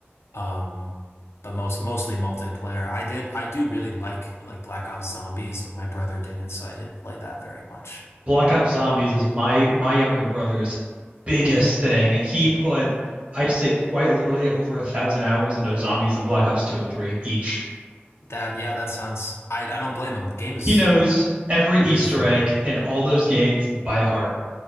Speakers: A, on the left; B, on the right.
A: Um but most mostly multiplayer. I did I do really like like Black Ops Zombies, but my brother didn't, so I didn't play that very much.
B: Black Ops Zombies is my my younger brother's biggest thing. He put, I'd say quite literally over a thousand hours into Zombies and Black Ops 2 and 3 each.
A: That yeah, that sounds. I I don't blame him. Game is
B: He knows every Easter
A: really fun.
B: egg in all those games by heart.